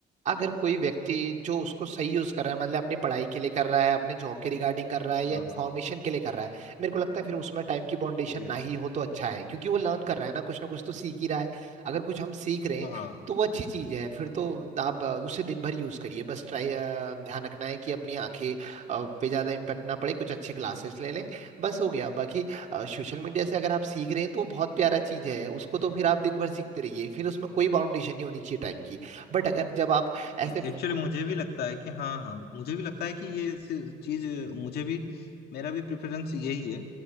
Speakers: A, on the right; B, on the left.
A: अगर कोई व्यक्ति जो उसको सही यूज कर रहा है मतलब अपनी पढ़ाई के लिए कर रहा है अपने जॉब के रिगार्डिंग कर रहा है
B: हाँ
A: या इन्फॉर्मेशन
B: हाँ
A: के लिए कर रहा है मेरे को लगता है फिर उसमें टाइम की बाउंडेशन
B: जी
A: ना ही
B: जी
A: हो तो अच्छा है क्योंकि वो लर्न कर रहा है ना कुछ ना कुछ तो सीख ही रहा है अगर कुछ हम सीख रहे
B: हाँ
A: हैं
B: हाँ
A: तो वो अच्छी चीज है फिर तो आप अ, उसे दिन भर यूज करिए बस ट्राई ध्यान रखना है कि अपनी आंखें अ, पे ज्यादा इम्पेक्ट ना पड़े कुछ अच्छे ग्लासेस ले लें बस हो गया बाकी सोशल मीडिया से अगर आप सीख रहे हैं तो वो बहुत प्यारा चीज है उसको तो फिर आप दिन भर सीखते रहिए फिर उसमें कोई बाउंडेशन नहीं होनी चाहिए टाइम की बट अगर जब आप ऐसे
B: एक्चुअली
A: कु-
B: मुझे भी लगता है कि हाँ हाँ मुझे भी लगता है कि ये चीज मुझे भी मेरा भी प्रेफरेंस यही है